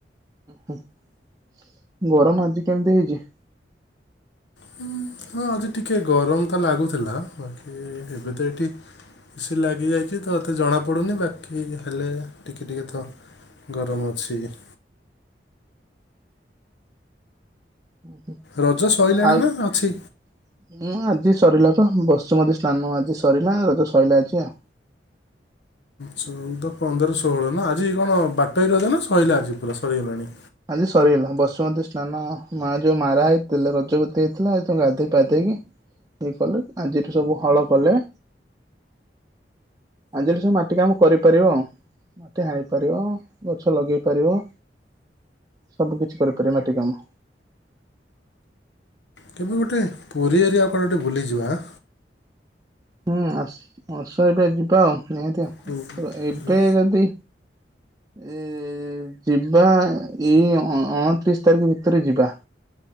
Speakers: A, on the right (about 20°); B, on the left (about 80°).
A: ହ ଗରମ ଆଜି କେମିତି ହେଇଛି?
B: ହଁ ହଁ ଆଜି ଟିକେ ଗରମ ତ ଲାଗୁଥିଲା ବାକି ଏବେ ତ ଏଇଠି ଏ ସି ଲାଗିଯାଇଛି ତ ଏତେ ଜଣାପଡ଼ୁନି ବାକି ହେଲେ ଟିକେ ଟିକେ ତ ଗରମ ଅଛି ଯେ
A: ହ
B: ରଜ
A: ହଁ
B: ସଇଲାଣି ନା
A: ଆଉ
B: ଅଛି?
A: ହଁ ଆଜି ସରିଲା ତ ବସୁମତି ସ୍ନାନ ଆଜି ସରିଲା ରଜ ସରିଲା ଆଜି ଆଉ
B: ଚଉଦ ପନ୍ଦର ଷୋହଳ ନା ଆଜି କଣ ବାଟୋଇ ରଜ ନା ସଇଲା ଆଜି ପୁରା ସରିଗଲାଣି
A: ଆଜି ସରିଗଲା ବସୁମତୀ ସ୍ନାନ ମା ଯୋଉ ମାରା ହେଇଥିଲେ ରଜବତୀ ହେଇଥିଲା ଆଜି ତାକୁ ଗାଧେଇ ପାଧେଇକି ଇଏ କଲେ ଆଜିଠୁ ସବୁ ହଳ କଲେ ଆଜିଠୁ ସବୁ ମାଟି କାମ କରିପାରିବ ଆଉ ମାଟି ହାଣି ପାରିବ ଗଛ ଲଗେଇ ପାରିବ ସବୁ କିଛି କରିପାରିବ ମାଟି କାମ
B: କେବେ ଗୋଟେ ପୁରୀ ଏରିଆ କୁ କୁଆଡ଼େ ଗୋଟେ ବୁଲିଯିବାଁ
A: ହୁଁ ଆସ୍ ଆସ ଏବେ ଯିବା ଆଉ ନିହାତି
B: ପୁରୀ
A: ଏବେ ଯଦି ଏ ଯିବା ଏଇ ଅ -ଅଣତିରିଶ ତାରିଖ ଭିତରେ ଯିବା